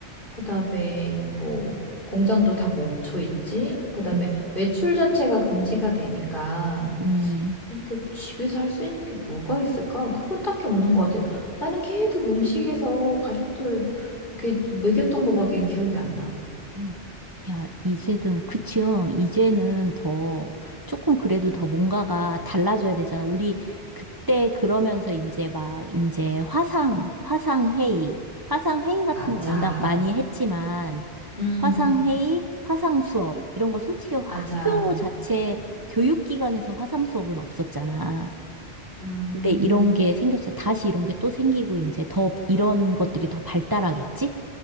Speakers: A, on the left (about 45°); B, on the right (about 20°).
A: 그다음에 뭐, 공장도 다 멈춰 있지. 그다음에
B: 음,
A: 외출 자체가 금지가 되니까.
B: 음.
A: 이렇게 집에서 할 수 있는 게 뭐가 있을까? 그건 딱히 없는 것 같아요. 나는 계속 음식에서 가족들 이렇게 먹였던 거밖에 기억이 안 나.
B: 음. 야, 이제는, 그치요. 이제는 더, 조금 그래도 더 뭔가가 달라져야 되잖아. 우리 그때 그러면서 이제 막, 이제 화상, 화상회의, 화상회의 같은
A: 맞아.
B: 거 워낙 많이 했지만,
A: 음,
B: 화상회의, 화상수업, 이런 거 솔직히 화-
A: 맞아.
B: 학교 자체 교육기관에서 화상수업은 없었잖아.
A: 음,
B: 근데 이런 게 생겼어. 다시 이런 게 또 생기고, 이제 더, 이런 것들이 더 발달하겠지?